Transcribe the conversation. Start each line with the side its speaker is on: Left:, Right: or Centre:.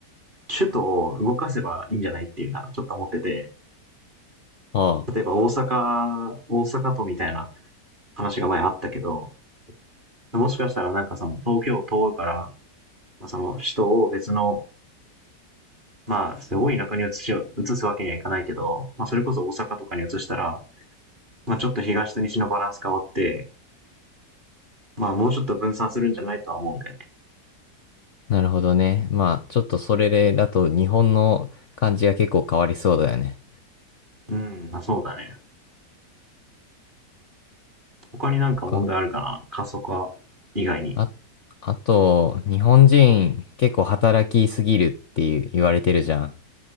Right: 首都を動かせばいいんじゃないっていうのはちょっと思ってて、
Left: ああ、
Right: 例えば大阪、大阪都みたいな話が前あったけど、もしかしたらなんかその東京都から、その首都を別のまあ、すごい田舎に移しよう移すわけにはいかないけど、まあ、それこそ大阪とかに移したら、まあ、ちょっと東と西のバランス変わって、まあ、もうちょっと分散するんじゃないとは思うんだよね。
Left: なるほどね。まあ、ちょっとそれで、だと日本の感じが結構変わりそうだよね。
Right: うん、まあ、そうだね。他になんか問題あるかな過疎化以外に。
Left: か、あ、あと、日本人結構働きすぎるっていう言われてるじゃん。